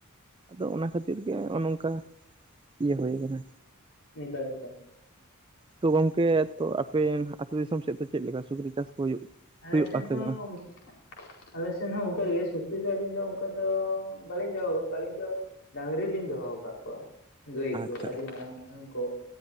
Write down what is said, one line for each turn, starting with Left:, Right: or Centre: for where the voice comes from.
Right: ᱟᱫᱚ ᱚᱱᱟ ᱠᱷᱟᱹᱛᱤᱨ ᱜᱮ ᱚᱱᱮ ᱱᱚᱝᱠᱟ ᱤᱭᱟᱹ ᱦᱩᱭ ᱠᱟᱱᱟ
Left: ᱮᱠᱟᱞ ᱮᱠᱟᱞ
Right: ᱛᱚ ᱜᱚᱝᱠᱮ ᱛᱚ ᱟᱯᱮ ᱟᱹᱛᱩ ᱫᱤᱥᱚᱢ ᱥᱮᱫ ᱫᱚ ᱪᱮᱫ ᱞᱮᱠᱟ ᱥᱩᱠᱨᱤ ᱪᱟᱥ ᱠᱚ ᱦᱩᱭᱩᱜ
Left: ᱟᱞᱮ
Right: ᱦᱩᱭᱩᱜ
Left: ᱥᱮᱱ
Right: ᱟᱥᱮ
Left: ᱦᱚᱸ
Right: ᱵᱟᱝᱟ
Left: ᱟᱞᱮ ᱥᱮᱱ ᱦᱚᱸ ᱚᱱᱠᱟ ᱜᱮ ᱥᱩᱠᱨᱤ ᱫᱚ ᱟᱹᱞᱤᱧ ᱫᱚ ᱚᱱᱠᱟ ᱫᱚ ᱵᱟᱹᱞᱤᱧ ᱫᱚ ᱦᱚᱸ ᱠᱟᱜ ᱠᱚᱣᱟ ᱟᱹᱞᱤᱧ ᱫᱚ ᱰᱟᱝᱨᱤ ᱞᱤᱧ ᱫᱚᱦᱚ ᱠᱟᱜ ᱠᱚᱣᱟ ᱜᱟᱹᱭ
Right: ᱟᱪᱪᱷᱟ
Left: ᱠᱚ ᱟᱹᱰᱤ
Right: ᱟᱪᱪᱷᱟ
Left: ᱢᱟᱨᱟᱝ ᱢᱟᱨᱟᱝ ᱠᱚ